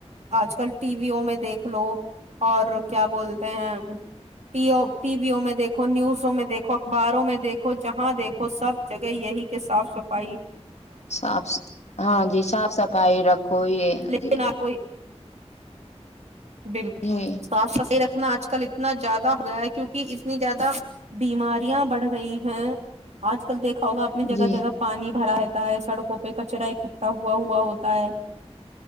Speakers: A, on the right (about 80°); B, on the left (about 75°).
A: آج کل ٹی ویوں میں دیکھ لو اور کیا بولتے ہیں <unintelligible> ٹی ویوں میں دیکھو نیوزوں میں دیکھو اخباروں میں دیکھو جہاں دیکھو سب جگہ یہی کہ صاف صفائی <unintelligible>
B: صاف ہاں جی صاف صفائی رکھو یہ
A: لیکن
B: جی <unintelligible>
A: آپ کوئی بالکل
B: جی
A: صاف صفائی رکھ <unintelligible> آج کل <unintelligible> اتنا زیادہ ہوا ہے کیونکہ اتنی زیادہ بیماریاں بڑھ رہی ہیں آج کل دیکھ <unintelligible> ہوگا اپنے جگہ
B: جی
A: جگہ پانی بھرا ہے <unintelligible> ہو ہے سڑکوں پہ کچرا اکٹٹا ہوا ہوا ہوتا ہے <unintelligible>